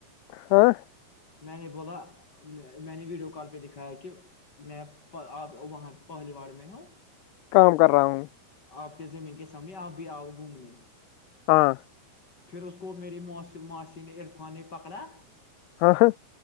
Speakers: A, on the left; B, on the left.
A: ہاں
B: میں نے بولا میں نے ویڈیو کال پہ دکھایا ہے کہ میں آپ وہاں پہلی بار میں ہوں
A: کام کر رہا ہوں
B: آپ کے زمین کے سامنے آپ بھی آؤ گھومنے
A: ہاں
B: پھر اس کو میری م معاش نے عرفان نے پکڑا
A: ہاں ہاں